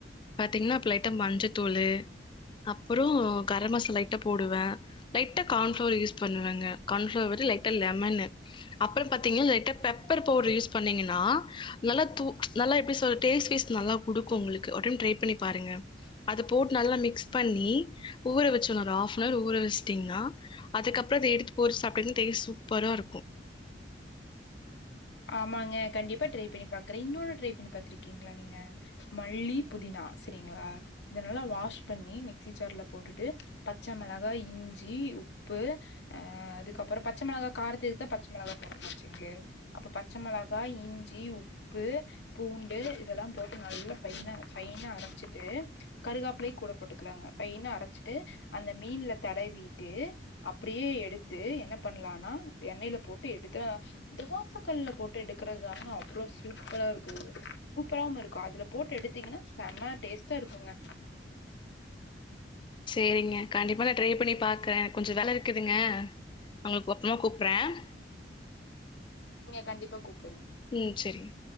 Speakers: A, on the left; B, on the left.
A: பாத்தீங்கன்னா அப்ப லைட்டா மஞ்சத்தூளு அப்புறம் கரம் மசாலா லைட்டா போடுவேன் லைட்டா கான்ஃபிளவர் யூஸ் பண்ணுவங்க கான்ஃபிளவர் லைட்டா லெமன்னு அப்புறம் பாத்தீங்கன்னா லைட்டா பெப்பர் பவுடர் யூஸ் பண்ணீங்கன்னா நல்லா தூ ச் நல்லா எப்படி சொல்றது டேஸ்ட் பீசு நல்லா கொடுக்கும் உங்களுக்கு ஒர்ரைம் டிரை பண்ணி பாருங்க அதை போட்டு நல்லா மிக்ஸ் பண்ணி ஊற வெச்சணும் ஒரு ஹாப்வர் ஊற வெச்சு அப்படின்னா அதுக்கப்புறம் அதை எடுத்து போட்டு சாப்பிட்டிங்னா டேஸ்ட் சூப்பரா இருக்கும்
B: ஆமாங்க கண்டிப்பா ட்ரைப் பண்ணி பாக்குறேன் இன்னொன்னு ட்ரைப் பண்ணி பாத்துருக்கீங்களா நீங்க மல்லி புதினா சரி இதனால வாஷ் பண்ணி மிக்சி ஜார்ல போட்டுட்டு பச்சமிளகா இஞ்சி உ உப்பு அஹ அதுக்கப்புறம் பச்சமிளகாய் காரத்துக்கு பச்சமிளகாய் போடுறேன் வச்சுங்களே அப்ப பச்சமிளகாய் இஞ்சி உப்பு பூண்டு இதெல்லாம் போட்டு நல்லா ஸ்பைனா ஸ்பைன் ஸ்பைனா அரைச்சிட்டு கருகாப்பளையும் கூட போட்டுக்கலாங்க ஸ்பைனா அரைச்சிட்டு அந்த மீன்ல தடவி தடவிட்டு அப்படியே எடுத்து என்ன பண்ணலனா எண்ணெயில போட்டு எடுத்து தோசத் ல்ல போட்டு எடுக்கிறதுது தாங்க அவ்வளோ சூப்பரா இருக்கு சூப்பராவும் இருக்கும் அதுல போட்டு எடுத்தீங்கன்னா அம்மா டேஸ்ட்டா இருக்குங்க
A: சரிங்க கண்டிப்பா நான் ட்ரை பண்ணி பாக்குறேன் கொஞ்சம் வேில இருக்குதுங்க உங்களுக்கு மத்தமா கூப்பறேன்
B: கண்டப்ப கு
A: ம் சரிங்க